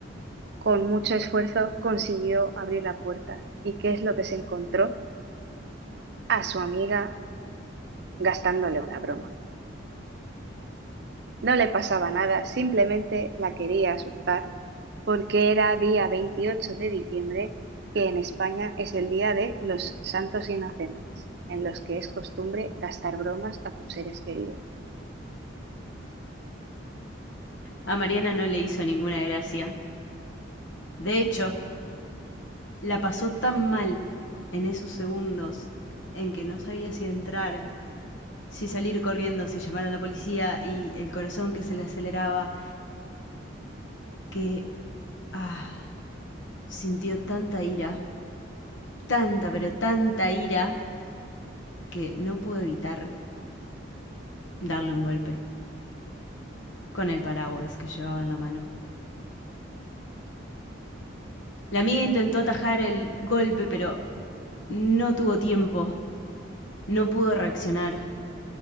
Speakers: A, on the right; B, on the left.
A: Con mucho esfuerzo consiguió abrir la puerta. ¿Y qué es lo que se encontró? A su amiga gastándole una broma. No le pasaba nada, simplemente la quería asustar porque era día 28 de diciembre, que en España es el día de los santos inocentes, en los que es costumbre gastar bromas a tus seres queridos.
B: A Mariana no le hizo ninguna gracia. De hecho, la pasó tan mal en esos segundos en que no sabía si entrar si salir corriendo, si llamar a la policía y el corazón que se le aceleraba, que ah, sintió tanta ira, tanta, pero tanta ira, que no pudo evitar darle un golpe con el paraguas que llevaba en la mano. La amiga intentó atajar el golpe, pero no tuvo tiempo, no pudo reaccionar,